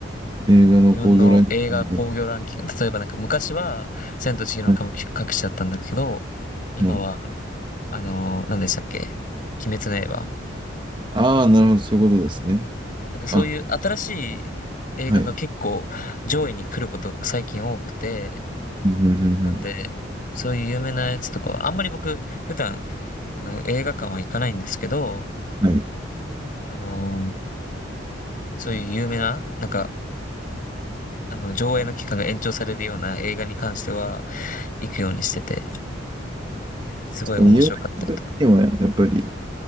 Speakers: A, on the right; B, on the left.
A: 映画の興行ランキング
B: 日本の映画興行ランキング、例えばなんか昔は、千と千尋の神隠しだったんだけど、
A: が。はい。
B: 今は、
A: はい、
B: あの、何でしたっけ鬼滅の刃。
A: ああ、なるほど。そういうことですね。
B: なんかそういう新しい映画が結構上位に来ることが最近多くて、
A: あ、はい。うんうんう
B: なんで、
A: ん
B: そういう有名なやつとかは、あんまり僕、普段、あの、映画館は行かないんですけど、
A: うんはい。
B: あの、そういう有名な、なんか、あの、上映の期間が延長されるような映画に関しては、行くようにしてて、すごい面白かったりとか。
A: 確かに有名な作品はやっぱり